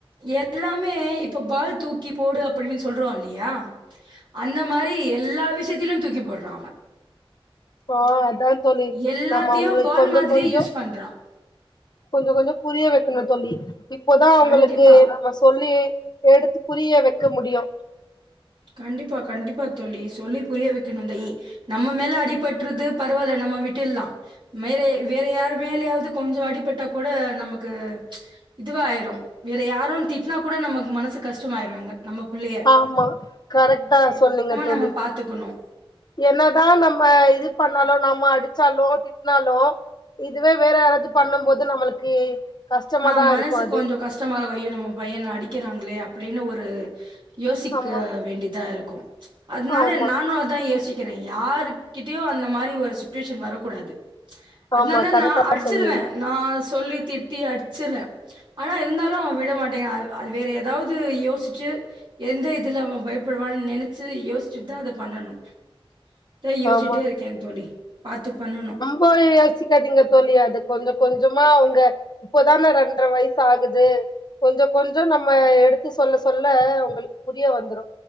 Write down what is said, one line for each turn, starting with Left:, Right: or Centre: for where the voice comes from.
Right: எல்லாமே இப்ப பால் தூக்கி போடு அப்டின்னு சொல்றோ இல்லியா அந்த மாரி எல்லா விஷ்யத்திலு தூக்கி போட்றா அவ
Left: ஆ அதா தொலி
Right: எல்லாத்தையும்
Left: நம்ம அவ்ங்களுக்
Right: பால்
Left: கொஞ்ச
Right: மாதிரியே
Left: கொஞ்சம்
Right: யூஸ் பண்றான்.
Left: கொஞ்ச கொஞ்சோ புரிய வைக்கணு தொல்லி இப்பதா அவ்ங்களுக்கு
Right: கண்டிப்பா.
Left: நம்ம சொல்லி எடுத்து புரிய வெக்க முடியு
Right: கண்டிப்பா கண்டிப்பா தொல்லி சொல்லி புரிய வைக்கணு ந்தயி நம்ம மேல அடிபட்றுது பரவாயில்ல நம்ம விட்டிர்ல்லா மேலே வேற யாரு மேலயாவுது கொஞ்சோ அடிபட்டா கூட நமக் கு இதுவாயிரு வேற யாரோன் திட்டுனா கூட நமக்கு மனசுக் கஷ்டமாயிவேங்க நம்ம பிள்ளைய
Left: ஆமா கரெக்டா சொல்லுங்க தொல்லி
Right: நம்ம பாத்துக்கணு
Left: என்னதா நம்ம இது பண்ணாலு நம்ம அடிச்சாலு திட்டுனாலு இதுவே வேற யாராச்சு பண்ணும் போது நம்மளுக்கு கஷ்டமாதா
Right: ஆ மனசுக்கு
Left: இருக்கு அது
Right: கொஞ்சோ கஷ் கஷ்டமாருகு ஐயோ நம்ம பையன அடிக்கிறாங்களே அப்டின்னு ஒரு யோசிக்க
Left: ஆமா
Right: வேண்டிதா இருக்கு அதுனால
Left: ஆமா
Right: நானு அதா யோசிக்கிறே யாருகிட்டயு அந்த மாரி ஒரு சுச்சுவேஷன் வரக்கூடாது அதனாலதா
Left: ஆமா கரெக்டா
Right: நா அடிச்சிருவே
Left: சொன்னீங்க
Right: நா சொல்லி திட்டி அடிச்சிர்ரே ஆனா இருந்தாலு அவ விட மாட்டேங்கா அது வேற ஏதாவுது யோசிச்சு எந்த இதுல அவ பயப்படுவான்னு நினச்சு யோசிச்சு தா அத பண்ணணு இதா யோசச்சிட்டே
Left: ஆமா
Right: இருக்கே தொலி பாத்து பண்ணணு
Left: போயே யோசிக்காதீங்க தொழி அது கொஞ்ச கொஞ்சமா அவ்ங்க இப்போதானே ரெண்ட்ர வயசு ஆகுது கொஞ்ச கொஞ்சோ நம்ம எடுத்து சொல்ல சொல்ல அவ்ங்களுக்கு புரிய வந்துரு